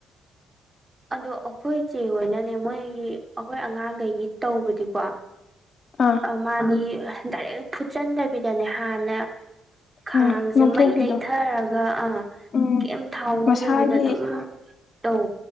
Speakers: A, on the right (about 15°); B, on the left (about 45°).
A: ꯑꯗꯣ ꯑꯩꯈꯣꯏꯁꯦ ꯑꯣꯏꯅꯅꯦ ꯃꯣꯏꯒꯤ ꯑꯩꯈꯣꯏ ꯑꯉꯥꯡꯈꯩꯒꯤ ꯇꯧꯕꯗꯤꯀꯣ
B: ꯑꯥ
A: ꯃꯥꯗꯤ ꯗꯥꯏꯔꯦꯛ ꯐꯨꯠꯆꯟꯗꯕꯤꯗꯅꯦ ꯍꯥꯟꯅ ꯈꯥꯡꯁꯦ
B: ꯑꯥ ꯉꯧꯊꯣꯛꯄꯤꯗꯣ
A: ꯃꯩ ꯂꯩꯊꯔꯒ ꯑꯥ
B: ꯎꯝ
A: ꯀꯩꯝ ꯊꯥꯎ ꯉꯧꯗꯕꯤꯗ
B: ꯃꯁꯥꯒꯤ
A: ꯑꯗꯨꯝ ꯇꯧ